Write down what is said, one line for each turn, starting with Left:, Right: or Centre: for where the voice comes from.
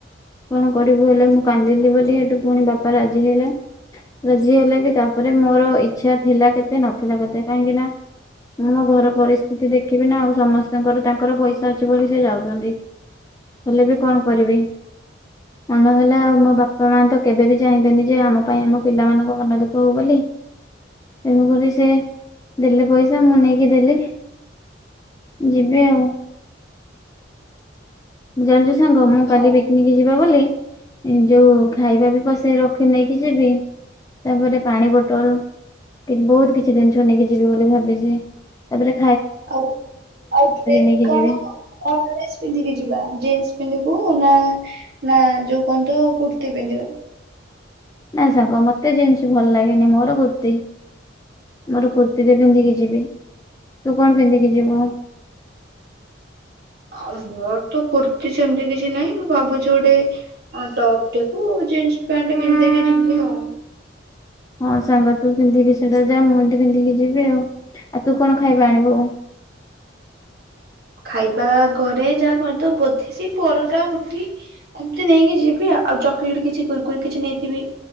Left: କଣ କରିବୁ ହେଲେ ମୁଁ କାନ୍ଦିଲି ବୋଲି ସେଠୁ ପୁଣି ବାପା ରାଜି ହେଲେ। ରାଜି ହେଲେ ବି ତା ପରେ ମୋର ଇଚ୍ଛା ଥିଲା କେତେ ନଥିଲା କେତେ କାହିଁକି ନାଁ ମୁଁ ମୋ ଘର ପରିସ୍ଥିତି ଦେଖିବି ନାଁ ଆଉ ସମସ୍ତଙ୍କର ତାଙ୍କର ପଇସା ଅଛି ବୋଲି ସେ ଯାଉଚନ୍ତି। ହେଲେ ବି କଣ କରିବି ମନ ହେଲେ ଆଉ ମୋ ବାପା ମା ତ କେବେ ବି ଚାହିଁବେନି ଯେ ଆମ ପାଇଁ ଆମ ପିଲାମାନଙ୍କ ମନ ଦୁଃଖ ହଉ ବୋଲି ତେଣୁକରି ସେ ଦେଲେ ପଇସ ଯା ମୁଁ ନେଇକି ଦେଲି। ଯିବି ଆଉ। <unintelligible> ସାଙ୍ଗ ମୁଁ କାଲି
Right: ହଁ
Left: ପିକନିକ୍ ଯିବ ବ ବୋଲି ଯୋଉ ଖାଇବା ବି ପସେଇ ରଖି ନେଇକି ଯିବି। ତା ପରେ ପାଣି ବୋଟଲ ବହୁତ କିଛି ଜିନିଷ ନେଇକି ଯିବି ବୋଲି ଭାବିଚି। ତା ପରେ
Right: ଆଉ ଡ୍ରେସ
Left: ନେଇକି
Right: କଣ
Left: ଯିବି।
Right: କଣ ଡ୍ରେସ ପିନ୍ଧିକି ଯିବା? ଜିନ୍ସ ପିନ୍ଧିବୁ ନା ନା ଯୋଉ କଣତ କୁର୍ତ୍ତିୀ ପିନ୍ଧିବା।
Left: ନା ସାଙ୍ଗ ମତେ ଜିନ୍ସ ଭଲ ଲାଗେନି ମୋର କୁର୍ତ୍ତିୀ ମୋର କୃତ୍ତିରେ ପିନ୍ଧିକି ଯିବି। ତୁ କଣ ପିନ୍ଧିକି ଯିବୁ?
Right: ଆଉ ମୋର ତ କୁର୍ତ୍ତି ସେମତି କିଛି ନାଇଁ। ମୁଁ ଭାବୁଚି ଗୋଟେ ଅଁ ଟପଟିକୁ ଜିନ୍ସ ପ୍ୟାଣ୍ଟ ପିନ୍ଧିକି ଯିବି ଆଉ।
Left: ହଁ ସାଙ୍ଗ ତୁ ପିନ୍ଧିକି ସେଟା ଯା। ମୁଁ ଏଠି ପିନ୍ଧିକି ଯିବି ଆଉ। ଆଉ ତୁ କଣ ଖାଇବା ଆଣିବୁ?
Right: ଖାଇବା ଘରେ ଯାହା କଣ ତ ବୋଧେ ସେ ପରଟା ରୁଟି ଏମିତି ନେଇକି ଯିବି ଆଉ। ଚକୋଲେଟ କିଛି କୁରୁକୁରି କିଛି ନେଇଥିବି।